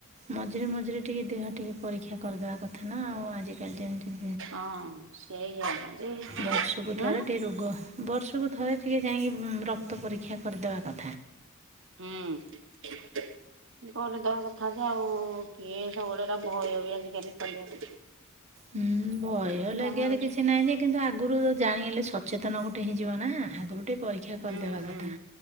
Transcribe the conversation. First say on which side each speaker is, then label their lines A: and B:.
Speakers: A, on the right; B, on the right.
A: ମଝିରେ ମଝିରେ ଟିକେ ଦେହ ଟିକେ ପରୀକ୍ଷା କରିଦେବା କଥା ନା ଆଉ ଆଜିିକାଲି ଯେମତି
B: ହଁ ସେଇଆ ଯେ
A: ବର୍ଷକୁ
B: ଆଁ
A: ଥରେ ଟିକେ ରୋଗ ବର୍ଷକୁ ଥରେ ଟିକେ ଯାଇଁକି ଉମ‌ ରକ୍ତ ପରୀକ୍ଷା କରିଦବା କଥା।
B: ହୁଁ କରିଦବା କଥା ଯେ ଆଉ କିଏ ସବୁଳୋ ଭୟ ବି ଆଜିକାଲି କରିବାକୁ।
A: ହୁଁ ଭୟ
B: ହଁ ଯାହା
A: ଲାଗିବା
B: ହଉଛି।
A: ତ କିଛି ନାହିଁ ଯେ କିନ୍ତୁ ଆଗ ଆଗରୁ ଜାଣି ହେଲେ ସଚେତନ ଗୋଟେ ହେଇଯିବ ନା ଆଗରୁ ଗୋଟେ ପରୀକ୍ଷା
B: ହୁଁ
A: କରିଦବା
B: ହୁଁ
A: କଥା।